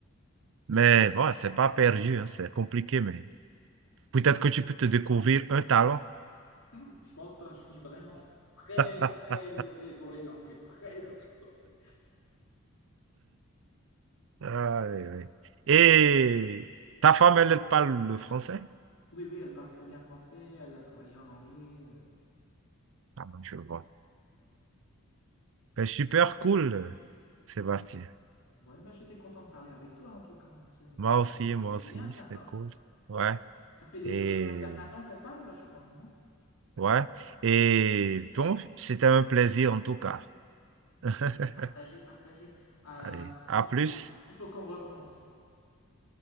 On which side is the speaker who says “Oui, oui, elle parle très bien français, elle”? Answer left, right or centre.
Left